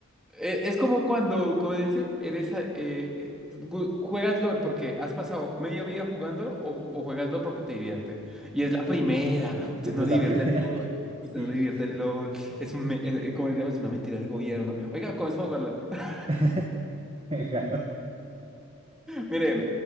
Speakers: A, in the centre; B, on the right.
A: eh, es como cuando, como dice, eres... a- eh, eh, gu- juegas LOL porque has pasado media vida jugándolo o, o juegas LOL porque te divierte. Y es la primera. Usted
B: Siempre
A: no
B: es
A: le
B: la
A: divierte
B: primera.
A: el LOL.
B: <laughs>
A: Usted
B: Sí.
A: no le divierte el LOL. Es un, me- es, es- ¿cómo se llama? Es una mentira del gobierno. Oiga, comenzó a jugarlo. <laughs>
B: <laughs> Galo,
A: Mire,